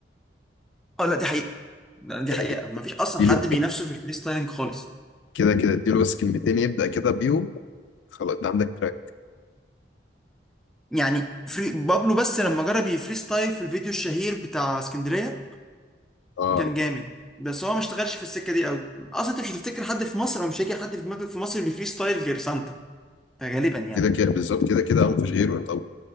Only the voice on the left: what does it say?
يعني
اديله
ك-
كده كده اديله بس كلمتين يبدأ كده بيهم خلاص ده عندك
تراك
كده كده بالظبط كده كده اه مفيش غيره يعني، طب